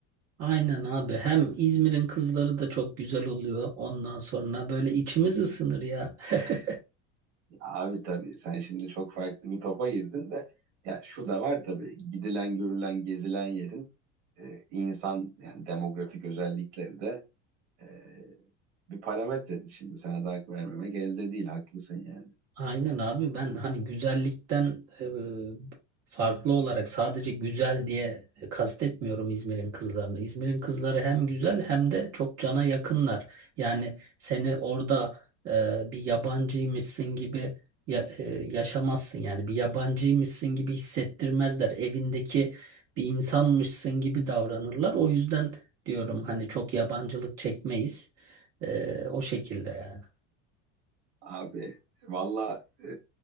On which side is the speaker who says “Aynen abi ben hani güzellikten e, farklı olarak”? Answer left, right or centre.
Right